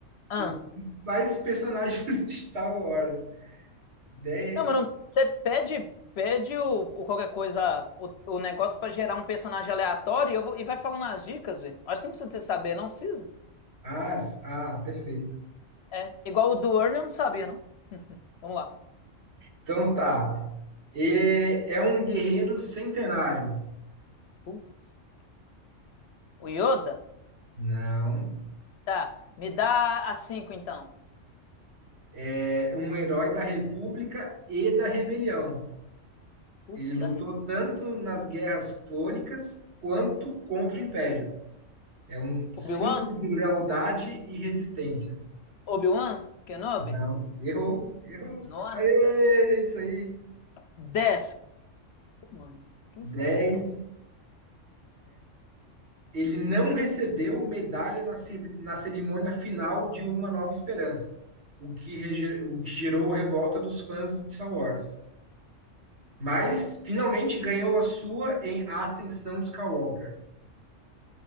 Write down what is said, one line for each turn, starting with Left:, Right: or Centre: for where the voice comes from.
Left: hum.
Right: os mais personagens <laughs> de Star Wars. Dez...
Left: Não, mano, você pede, pede o, o qualquer coisa, o, o negócio pra gerar um personagem aleatório e, eu vou, e vai falando as dicas, velho. Acho que não precisa de você saber, não precisa.
Right: Ah, s- ah, perfeito.
Left: É, igual o do Ernie eu não sabia, não. Vamos lá.
Right: Então tá. E- é um guerreiro centenário.
Left: Putz, O Yoda?
Right: Não.
Left: Tá, me dá a cinco, então.
Right: É um herói da República e da Rebelião.
Left: Putz,
Right: Ele lutou
Left: dá re...
Right: tanto nas guerras clônicas quanto contra o Império. É um símbolo
Left: Obi-Wan?
Right: de lealdade e resistência.
Left: Obi-Wan? Kenobi?
Right: Não, errou, errou.
Left: Nossa,
Right: Aê, isso aí.
Left: 10. Mano, quem
Right: 10.
Left: será então?
Right: Ele não recebeu medalha na, ce- na cerimônia final de Uma Nova Esperança, o que, rege- o que gerou revolta dos fãs de Star Wars. Mas finalmente ganhou a sua em A Ascensão de Skywalker.